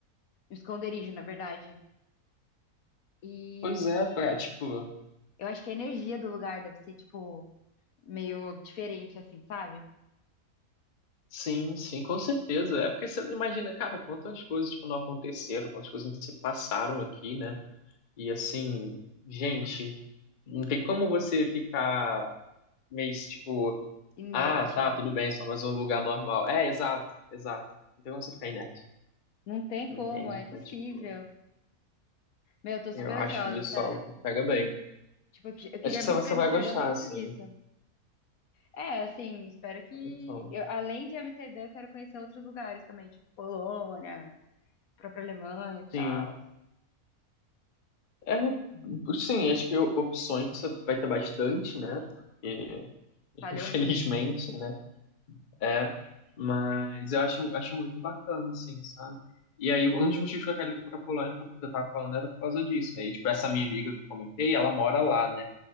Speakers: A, on the left; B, on the left.
A: um esconderijo, na verdade. E
B: pois é, pra, tipo,
A: Eu acho que a energia do lugar deve ser, tipo, meio diferente, assim, sabe?
B: sim, sim, com certeza. É porque você não imagina, cara, quantas coisas, tipo, não aconteceram, quantas coisas não se passaram aqui, né? E, assim, gente, não tem como você ficar meio, tipo,
A: Inerte.
B: ah, tá, tudo bem, só mais um lugar normal. É, exato, exato. Não tem como você ficar inerte,
A: Não tem
B: entende?
A: como, é impossível.
B: Então, tipo,
A: Meu, eu tô super
B: eu acho
A: ansiosa,
B: isso
A: sério.
B: algo que pega bem.
A: Tipo, eu que- eu queria
B: Acho que você
A: muito
B: vai
A: ir pra
B: você
A: Amsterdã
B: vai gostar,
A: por conta
B: assim.
A: disso. É, assim, espero que.
B: Então...
A: eu, além de Amsterdã, eu quero conhecer outros lugares também, tipo Polônia, própria Alemanha e tal.
B: Sim. É, sim, acho que opções você vai ter bastante, né? Porque, <laughs>
A: Falhou
B: infelizmente,
A: muito, né?
B: né? É. Mas eu acho, acho muito bacana, assim, sabe? E aí, um dos motivos que eu quero ir pra Polônia, que eu que eu tava falando, era por causa disso, né? E, tipo, essa minha amiga que eu comentei, ela mora lá, né?